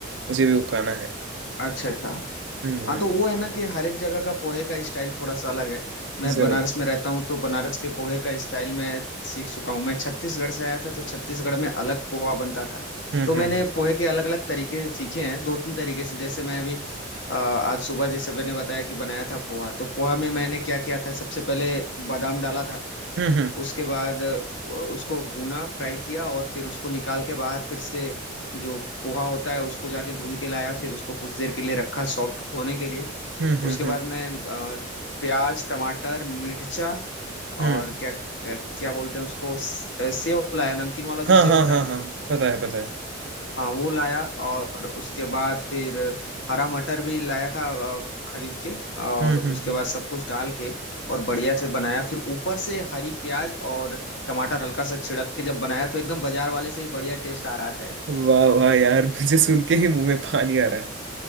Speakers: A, on the right (about 65°); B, on the left (about 65°).
A: मुझे भी वो खाना है
B: अच्छा अच्छा
A: हम्म
B: हाँ
A: हम्म
B: तो वो है ना कि हर एक जगह का पोहे का स्टाइल थोड़ा सा अलग है मैं
A: जरूर
B: बनारस में रहता हूँ तो बनारस के पोहे का स्टाइल मैं सीख चुका हूँ मैं छत्तीसगढ़ से आया था तो छत्तीसगढ़ में अलग पोहा बनता था
A: हम्म
B: तो
A: हम्म
B: मैंने पोहे के अलग अलग तरीके सीखे हैं दो तीन तरीके से जैसे मैं अभी अ, आज सुबह जैसे मैंने बताया कि बनाया था पोहा तो पोहा में मैंने क्या किया था सबसे पहले बादाम डाला था
A: हम्म हम्म
B: उसके बाद अ, उसको भूना फ्राई किया और फिर उसको निकाल के बाहर फिर से जो पोहा होता है उसको जाके धुल के लाया फिर उसको कुछ देर के लिए रखा सॉफ्ट होने के लिए
A: हम्म हम्म
B: उसके बाद
A: हम्म
B: मैं अ, प्याज टमाटर मिर्चा और
A: हम्म।
B: क्या क्या बोलते हैं उसको स- अ, सेव लाया नमकीन वाला जो
A: हाँ
B: सेव
A: हाँ
B: होता
A: हाँ
B: है ना
A: हाँ पता है पता है
B: हाँ वो लाया और उसके बाद फिर हरा मटर भी लाया था अ, खरीद के और
A: हम्म
B: उसके
A: हम्म
B: बाद सब कुछ डाल के और बढ़िया से बनाया फिर ऊपर से हरी प्याज और टमाटर हल्का सा छिड़क के जब बनाया तो एकदम बाजार वाले से भी बढ़िया टेस्ट आ रहा था यार
A: हम्म वाह वाह यार <laughs> मुझे सुन के ही मुंह में पानी आ रहा है